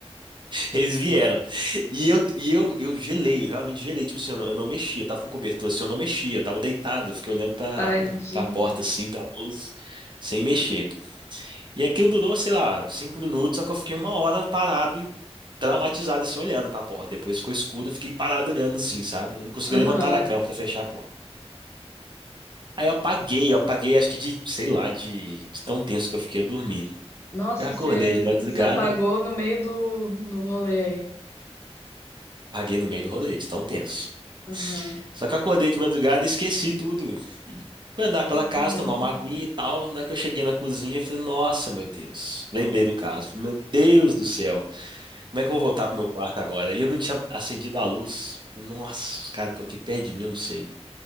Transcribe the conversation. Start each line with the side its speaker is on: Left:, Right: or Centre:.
Right: eles vieram. E eu, e eu, eu gelei, eu realmente gelei. Tipo assim, eu não, eu não mexia, eu tava com cobertor assim, eu não mexia, eu tava deitado, eu fiquei olhando pra,
Left: Tadinho.
Right: pra porta assim, pra luz, sem mexer. E aquilo durou, sei lá, cinco minutos, só que eu fiquei uma hora parado traumatizado assim, olhando pra porta. Depois ficou escuro, eu fiquei parado olhando assim, sabe? Eu não conseguia
Left: Aham.
Right: levantar da cama pra fechar a porta. Aí eu apaguei, eu apaguei, acho que de, sei lá, de, de tão tenso que eu fiquei a dormir.
Left: Nossa,
Right: Eu acordei
Left: você
Right: de madrugada,
Left: se apagou no meio do, do rolê aí.
Right: apaguei no meio do rolê, de tão tenso.
Left: Aham.
Right: Só que eu acordei de madrugada e esqueci tudo. E fui andar
Left: Caramba.
Right: pela casa, tomar uma aguinha e tal. Na hora que eu cheguei na cozinha, eu falei, nossa, meu Deus. Lembrei do caso. Falei, meu Deus do céu. Como é que eu vou voltar pro meu quarto agora? E eu não tinha acendido a luz. Nossa, os caras estão aqui perto de mim, eu não sei.